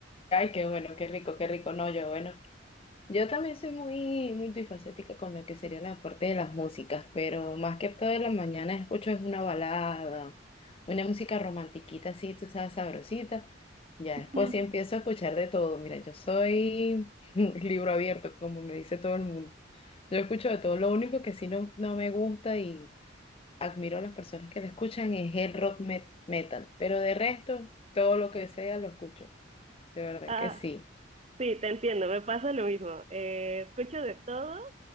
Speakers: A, on the left; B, on the right.
A: qué bueno, qué rico, qué rico. No, yo, bueno. Yo también soy muy multifacética con lo que sería la parte de las músicas, pero más que todo en la mañana escucho es una balada, una música romantiquita así, tú sabes, sabrosita. Ya
B: <laughs>
A: después sí empiezo a escuchar de todo. Mira, yo soy <laughs> libro abierto, como me dice todo el mundo. Yo escucho de todo. Lo único que sí no, no me gusta y admiro a las personas que lo escuchan es el rock met- metal, pero de resto, todo lo que sea lo escucho. De verdad
B: Ah,
A: que sí.
B: sí, te entiendo, me pasa lo mismo. Eh, escucho de todo,